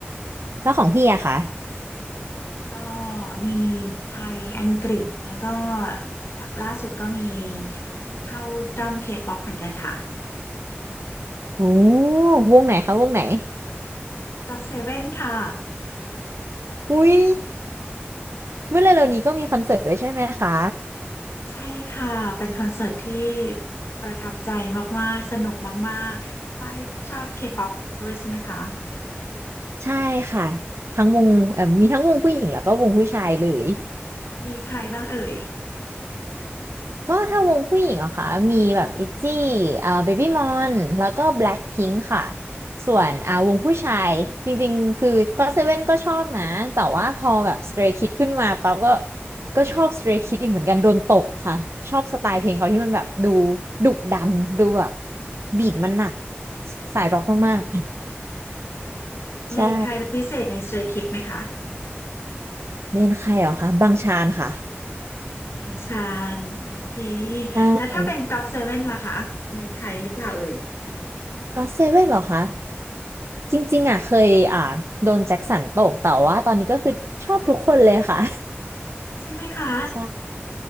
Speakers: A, on the right (about 80°); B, on the left (about 70°).
A: แล้วของพี่อะคะ
B: อืมก็มีไทยอังกฤษแล้วก็ล่าสุดก็มีเข้าด้อมเคป๊อปเหมือนกันค่ะ
A: โอ้วงไหนคะวงไหน
B: God Seven ค่ะ
A: อุ้ยเมื่อเร็วๆนี้ก็มีคอนเสิร์ตด้วยใช่ไหมคะ
B: ใช่ค่ะเป็นคอนเสิร์ตที่ประทับใจมากๆสนุกมากๆฝ้ายชอบเคป๊อปด้วยใช่ไหมคะ
A: ใช่ค่ะทั้งวงเอ่อมีทั้งวงผู้หญิงแล้วก็วงผู้ชายเลย
B: มีใครบ้างเอ่ย
A: ก็ถ้าวงผู้หญิงเหรอคะมีแบบอิจี้เอ่อเบบี้มอนแล้วก็แบล็คพิงค์ค่ะส่วนอ่าวงผู้ชายจริงๆคือก็เซเว่นก็ชอบนะแต่ว่าพอแบบสเตร y k คิดขึ้นมาปั๊บก็ก็ชอบสเตรย์คิดอีกเหมือนกันโดนตกค่ะชอบสไตล์เพลงเขาที่มันแบบดูดุดันดูแบบบีทมันหนักสายร็อกมากๆใช่
B: เมนใครเป็นพิเศษใน Stray Kids ไหมคะ
A: เมนใครเหรอคะบังชานค่ะ
B: บางชานโอเค
A: <laughs> ใช่
B: แล้วถ้าเป็น God ซเว่นล่ะคะเมนใครหรือเปล่าเอ่ย
A: ก็เซเว่นเหรอคะ จริงๆอ่ะเคยอ่าโดนแจ็คสันตกแต่ว่าตอนนี้ก็คือชอบทุกคนเลยค่ะ
B: ใช่ไหมคะ
A: ใช่